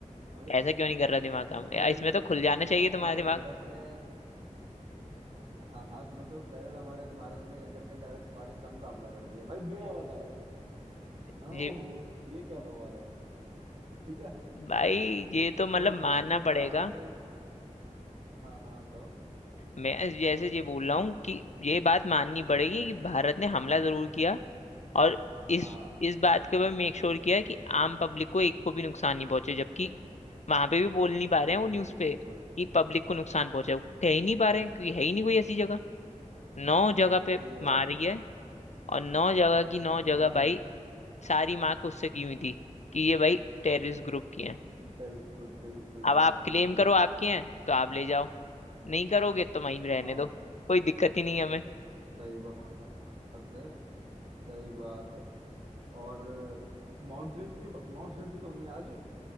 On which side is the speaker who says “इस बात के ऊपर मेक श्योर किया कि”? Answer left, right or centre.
Left